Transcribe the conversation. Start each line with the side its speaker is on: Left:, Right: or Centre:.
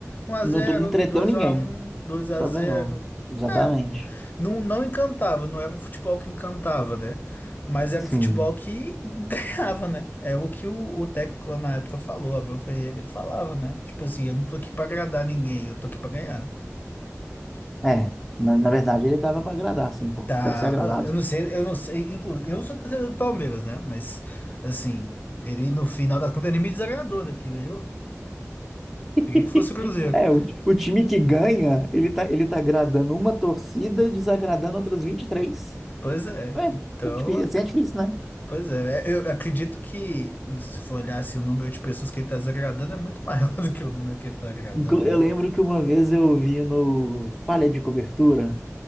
Left: um a
Centre: Não,
Left: zero,
Centre: tô- não entreteu
Left: dois
Centre: ninguém.
Left: a um, 2 a
Centre: Só
Left: zero.
Centre: ganhou. Exatamente.
Left: É, Não, não encantava, não era um futebol que encantava, né? Mas era
Centre: Sim.
Left: um futebol que <laughs> ganhava, né? É o que o, o técnico lá na época falou, Abel Ferreira, ele falava, né? Tipo assim, eu não tô aqui pra agradar ninguém, eu tô aqui pra ganhar.
Centre: É. Na, na verdade, ele tava pra agradar, sim, pô.
Left: Tava,
Centre: Quero ser agradado.
Left: eu não sei, eu não sei, inclusive, eu não sou torcedor do Palmeiras, né? Mas, assim, ele no final das contas ele me desagradou, né? Porque ganhou.
Centre: <laughs>
Left: Queria que fosse o Cruzeiro.
Centre: É, o, o time que ganha, ele tá, ele tá agradando uma torcida e desagradando outras 23.
Left: Pois é,
Centre: É,
Left: então
Centre: é difícil, assim é difícil,
Left: Pois é, é, eu acredito que se for olhar assim, o número de pessoas que ele tá desagradando é muito maior <laughs> do que o número que ele tá agradando,
Centre: Inclu- Eu
Left: né?
Centre: lembro que uma vez eu vi no Falha de Cobertura,